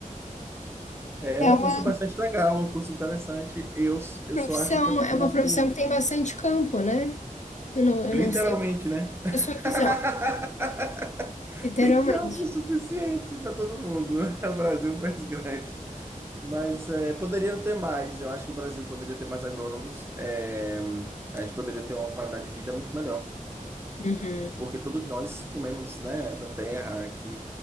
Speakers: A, on the right (about 15°); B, on the left (about 55°).
A: É
B: É
A: um
B: uma
A: curso bastante legal, é um curso interessante. Eu, eu
B: profissão,
A: só acho que é
B: é
A: pouco,
B: uma profissão que tem bastante campo, né? Eu não, eu
A: literalmente,
B: não sei qual
A: né? <laughs>
B: é a sua visão, literalmente.
A: Tem campo suficiente para todo mundo, <laughs> né? O Brasil é um país grande. Mas é, poderiam ter mais. Eu acho que o Brasil poderia ter mais agrônomos. É, a gente poderia ter uma qualidade de vida muito melhor,
B: Uhum,
A: porque todos nós comemos, né, da terra aqui,